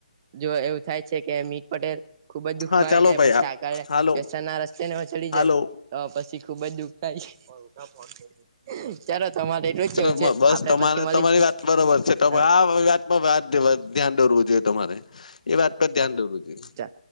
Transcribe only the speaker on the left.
હા ચાલો
ભાઈ
હાલો
હાલો
ચલો
બસ
તમારે
તમારી વાત બરોબર છે તો
આ વાત
ધ્યાન દોરવું જોઈએ તમારે એ વાત પર ધ્યાન દોરવું જોઈએ.